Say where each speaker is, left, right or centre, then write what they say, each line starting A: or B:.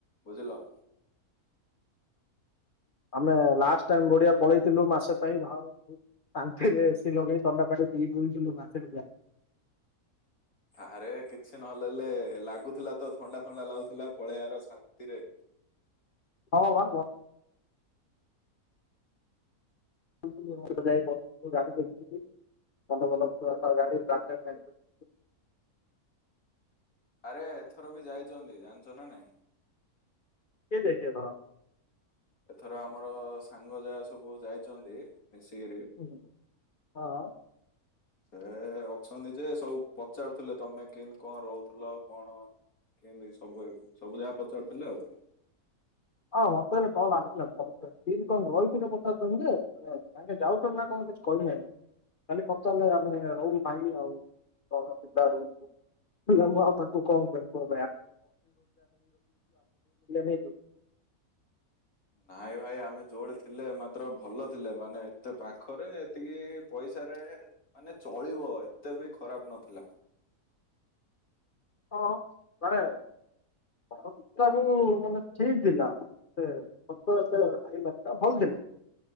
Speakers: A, on the left; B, on the left.
A: ବୁଝିଲ।
B: ଆମେ ଲାଷ୍ଟ ଟାଇମ ବଡିିଆ ପଳେଇଥିଲୁ ମାସେ ପାଇଁ ଭାରକୁ। କାନ୍ଥିରେ ଏସି ଲଗେଇ ଥଣ୍ଡା ପାରେ ପି ବୁଲିଥିଲୁ ମାସେ ଟିକା।
A: ଆରେ କିଛି ନହେଲେଲେ ଲାଗୁଥିଲା ତ ଥଣ୍ଡା ଥଣ୍ଡା ଲାଗୁଥିଲା ପଳେଇବାର ଶାନ୍ତିରେ।
B: ହଉ ବା ବ <unintelligible>
A: ଆରେ ଏଥର ବି ଯାଇଛନ୍ତି ଜାଣିଛ ନା ନାଇଁ।
B: କିଏ ଯାଇଚି ଏଥର?
A: ଏଥର ଆମର ସାଙ୍ଗ ଯାହା ସବୁ ଯାଇଛନ୍ତି ମିଶିକିରି।
B: ହଁ ହଁ।
A: ସେ ଅଛନ୍ତି ଯେ ସବୁ ପଚାରୁଥିଲେ ତମେ କେମତି କଣ ରହୁଥିଲ କଣ? କେମତି ସବୁ ସବୁ ଯାକ ପଚାରୁଥିଲେ ଆଉ।
B: <unintelligible> କିନ୍ତୀ କଣ ରହିଥିଲେ ପଚାରୁଛନ୍ତି ଯେ ହେଲେ ତାଙ୍କେ ଯାଉଛନ୍ତି ନା କଣ କିଛି କହିନାହାନ୍ତି। ଖାଲି ପଚାରିଲେ ଆମେ ରହୁନୁ ଭାଇ ଆଉ କଣ ପିଲା ରହୁଛୁ। ହେଲେ ମୁଁ ଆଉ ତାଙ୍କୁ କଣ କହିବା <unintelligible>
A: ନାଇଁ ଭାଇ ଆମେ ଯୋଉଡେ ଥିଲେ ମାତ୍ର ଭଲ ଥିଲେ ମାନେ ଏତେ ପାଖରେ ଏତିକି ପଇସାରେ ମାନେ ଚଳିବ ଏତେ ବି ଖରାପ ନଥିଲା।
B: ହଁ ମାନେ ଘଣ୍ଟାକୁ ମାନେ ଠିକ୍ ଥିଲା। <unintelligible>